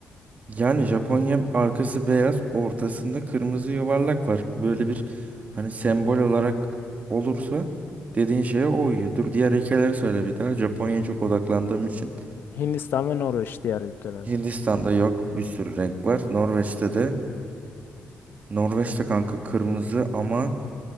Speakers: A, on the right; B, on the left.
A: Yani Japonya arkası beyaz, ortasında kırmızı yuvarlak var. Böyle bir hani sembol olarak olursa dediğin şeye o uyuyor. Dur diğer ülkeleri söyle bir daha. Japonya'ya çok odaklandığım için.
B: Hindistan ve Norveç diğer ülkeler.
A: Hindistan'da yok bir sürü renk var. Norveç'te de. Norveç'te kanka kırmızı ama